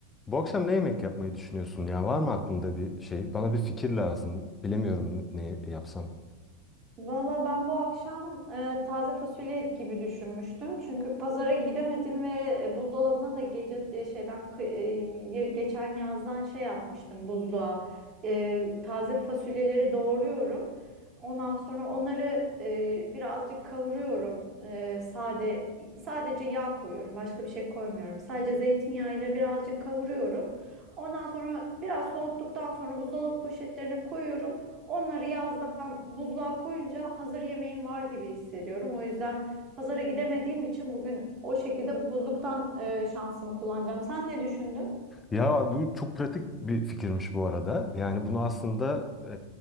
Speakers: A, on the left; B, on the right.
A: Bu akşam ne yemek yapmayı düşünüyorsun ya? Var mı aklında bir şey? Bana bir fikir lazım. Bilemiyorum ne yapsam.
B: Valla ben bu akşam e, taze fasulye gibi düşünmüştüm. Çünkü pazara gidemedim ve e, buzdolabına da gece e, şeyden kı- e, ye- geçen yazdan şey atmıştım buzluğa. E, taze fasulyeleri doğruyorum. Ondan sonra onları e, birazcık kavuruyorum. E, sade sadece yağ koyuyorum. Başka bir şey koymuyorum. Sadece zeytinyağı ile birazcık kavuruyorum. Ondan sonra biraz soğuttuktan sonra buzdolabı poşetlerine koyuyorum. Onları yazdan buzluğa koyunca hazır yemeğim var gibi hissediyorum. O yüzden pazara gidemediğim için bugün o şekilde buzluktan e, şansımı kullanacağım. Sen ne düşündün?
A: Ya bu çok pratik bir fikirmiş bu arada. Yani bunu aslında e,